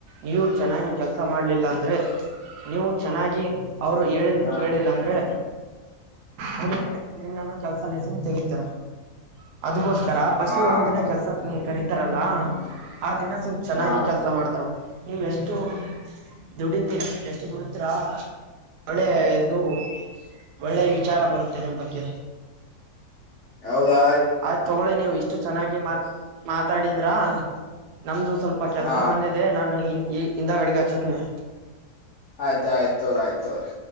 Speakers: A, on the right; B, on the left.
A: ನೀವು ಚೆನ್ನಾಗ್ ನ್ನಾಗಿ ಕೆಲ್ಸ ಮಾಡ್ಲಿಲ್ಲ ಅಂದ್ರೆ ನೀವು ಚೆನ್ನಾಗಿ ಅವ್ರು ಹೇಳಿದ್ದು
B: ಹಾ
A: ಕೇಳಿಲ್ಲ ಅಂದ್ರೆ ಅವ್ರ್ ನಿನ್ನ ನಿನ್ನನು ಕೆಲ್ಸಲಿಸಿನ್ ತೆಗೀತಾರ ಅದುಕೋಸ್ ತರ ಫರ್ಸ್ಟಿಗೆ
B: ಹಾ
A: ಒಂದ್ ದಿನ
B: ಹೌದು
A: ಕೆಲ್ಸಕ್ ನೀ ಕರಿತಾರಲ್ಲ ಆ ದಿನ ಸ್ವಲ್ಪ್ ಚೆನಾಗಿ
B: ಹಾ
A: ಕೆಲ್ಸ ಮಾಡ್ತಾರವ್ ನೀವ್ ಎಷ್ಟು ದುಡಿತಿರ ಎಷ್ಟು ದುಡಿತಿರಾ ಅಷ್ಟ್ ಒಳ್ಳೆ ಇದು ಒಳ್ಳೆ ವಿಚಾರ ಬರುತ್ತೆ ನಿಮ್ ಬಗ್ಗೆ.
B: ಹೌದಾ
A: ಆಯ್ತ್ ತಗೋಳಿ ನೀವು ಇಷ್ಟು ಚೆನ್ನಾಗಿ ಮಾತ್ ಮಾತಾಡಿದ್ರಾ ನಮ್ದು ಸ್ವಲ್ಪ ಕೆಲ್ಸ
B: ಹಾ
A: ಬಂದಿದೆ ನಾನು ಇನ್ ಈ ಇಂದ ಅಡಿಗೆ ಹಚ್ಚುತೀನಿ
B: ಆಯ್ತ್ ಆಯ್ತುರಿ ಆಯ್ತುರಿ